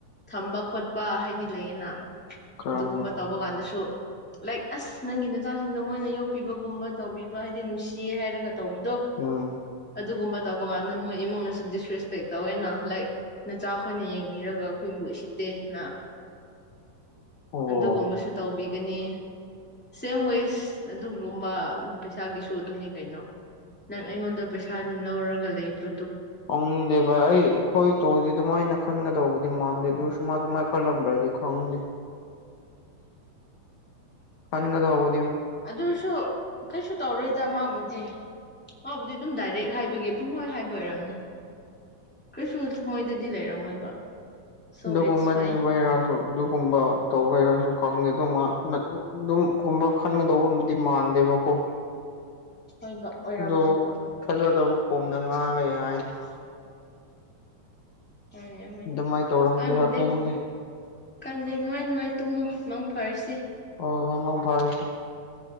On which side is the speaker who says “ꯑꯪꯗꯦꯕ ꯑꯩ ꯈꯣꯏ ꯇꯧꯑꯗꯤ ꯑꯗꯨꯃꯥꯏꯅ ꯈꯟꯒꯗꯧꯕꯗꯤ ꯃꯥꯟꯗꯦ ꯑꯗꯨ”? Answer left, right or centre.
Left